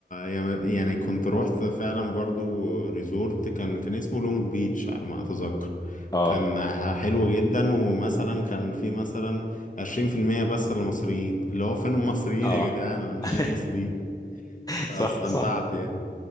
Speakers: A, on the left; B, on the left.
A: يعني يعني كنت روحت فعلا برضو ريزورت كان كان اسمه لونج بيتش على ما اتذكر
B: اه
A: كان ه- حلو جدا ومثلا كان في مثلا عشرين في المية بس للمصريين اللي هو فين المصريين
B: اه
A: يا جدعان انا مش
B: <laughs>
A: لاقي مصريين فاستمتعت
B: صح صح
A: يعني